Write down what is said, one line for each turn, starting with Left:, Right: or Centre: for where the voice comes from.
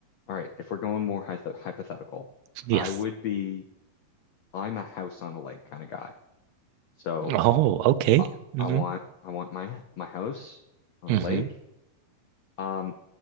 Left: all right, if we're going more hypo hypothetical,
Right: Yes.
Left: I would be I'm a house on a lake kind of guy. So
Right: Oh, okay.
Left: I,
Right: Mm-hmm.
Left: I want I want my my house on
Right: Mm-hmm.
Left: a lake. Um,